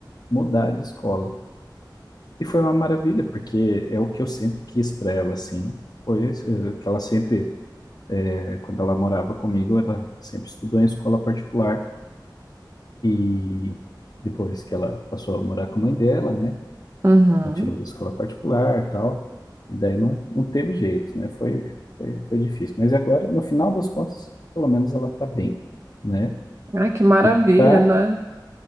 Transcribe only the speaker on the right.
Uhum.
Ai, que maravilha,
né?